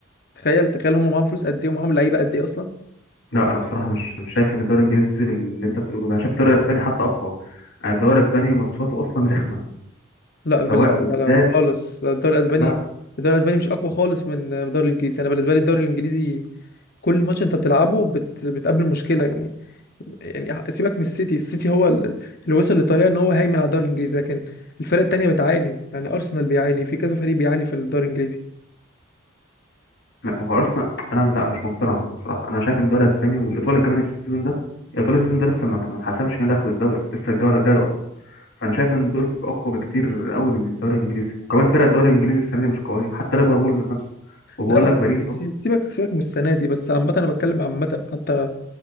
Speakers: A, on the left; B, on the left.
A: تخيل تخيل هم معاهم فلوس قد ايه ومعاهم لعيبة قد ايه اصلا
B: لا انا بصراحه مش مش شايف ان الدوري الانجليزي باللي انت بتقوله ده انا شايف الدوري الاسباني حتى اقوى أنا الدوري الاسباني ماتشاته اصلا رخمه
A: لا بال...
B: سواء بالذات
A: لا لا لا خالص الدوري الاسباني
B: لا
A: الدوري الاسباني مش اقوى خالص من الدوري الانجليزي انا بالنسبه لي الدوري الانجليزي كل ماتش انت بتلعبه بت... بتقابل مشكله يعني يعني سيبك من السيتي السيتي هو ال- اللي وصل للطريقه ان هو هيمن على الدوري الانجليزي لكن الفرق التانيه بتعاني يعني ارسنال بيعاني في كذا فريق بيعاني في الدوري الانجليزي
B: ما ما هو ارسنال انا لا مش مقتنع بصراحه انا شايف ان الدوري الاسباني والايطالي كمان السيزون ده الايطالي السيزون ده لسه ما ما اتحسمش مين اللي هياخد الدوري لسه الجوله الجايه اصلا فانا شايف ان دول اقوى بكتير قوي من الدوري الانجليزي وكمان فرق الدوري الانجليزي السنه دي مش قويه حتى ليفربول ذات نفسه وبقول
A: لا لا
B: لك باريس
A: سي-
B: اهو
A: سيبك سيبك من السنه دي بس عامه انا بتكلم عامه حتى